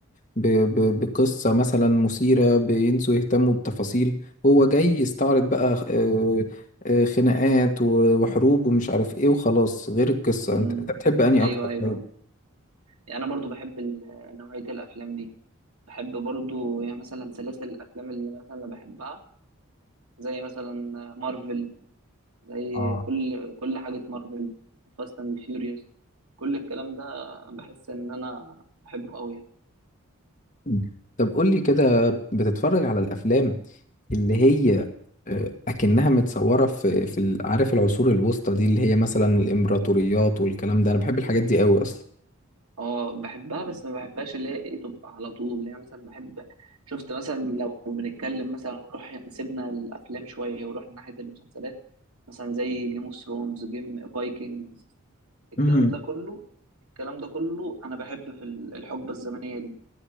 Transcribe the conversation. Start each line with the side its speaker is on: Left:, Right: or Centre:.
Left: ب ب بقصه مثلا مثيره بينسوا يهتموا بتفاصيل هو جاي يستعرض بقى آه آه خناقات و- وحروب ومش عارف ايه وخلاص غير القصه
Right: مم.
Left: انت انت بتحب انهي
Right: ايوه
Left: اكتر
Right: ايوه
Left: طيب؟
Right: يعني انا برضو بحب ال- نوعيه الافلام دي بحب برضو يعني مثلا سلاسل الافلام اللي مثلا انا بحبها زي مثلا مارفل زي
Left: اه
Right: كل كل حاجه مارفل فاست اند فيوريوس كل الكلام ده بحس ان انا بحبه قوي يعني.
Left: مم. طب قول لي كده بتتفرج على الافلام اللي هي آه، اكنها متصوره في في ال- عارف العصور الوسطى دي اللي هي مثلا الامبراطوريات والكلام ده انا بحب الحاجات دي قوي اصلا
Right: اه بحبها بس ما بحبهاش اللي هي ايه تبقى على طول اللي هي مثلا بحب شفت مثلا لو بنتكلم مثلا ونروح سيبنا الافلام شويه ورحنا ناحيه المسلسلات مثلا زي جيم اوف ثرونز جيم فايكنجز الكلام
Left: مهم.
Right: ده كله الكلام ده كله انا بحب في ال- الحقبه الزمنيه دي